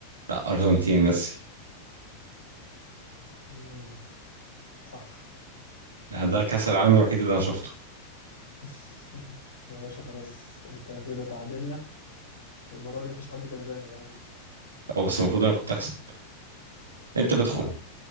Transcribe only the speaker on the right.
لا ارجنتين ميسي
آه، ده كاس العالم الوحيد اللي انا شفته
هو بس المفروض انا كنت اكسب انت بتخم